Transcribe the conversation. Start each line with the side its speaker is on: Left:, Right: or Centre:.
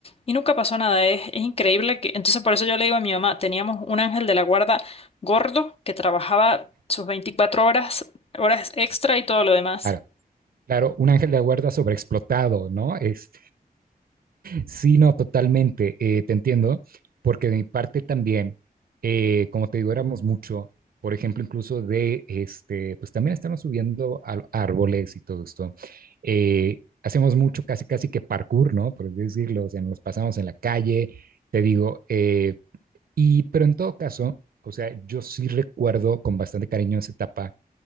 Left: y nunca pasó nada, es, es increíble que, entonces por eso yo le digo a mi mamá, teníamos un ángel de la guarda gordo que trabajaba sus 24 horas, horas extra y todo lo demás.
Right: claro, claro, un ángel de la guarda sobreexplotado, ¿no? Es, sí, no, totalmente, eh, te entiendo, porque de mi parte también, eh, como te digo, éramos mucho, por ejemplo, incluso de, este, pues también estamos subiendo a árboles y todo esto, eh, hacemos mucho, casi, casi que parkour, ¿no? Por así decirlo, o sea, nos pasamos en la calle, te digo, eh, Y, pero en todo caso, o sea, yo sí recuerdo con bastante cariño esa etapa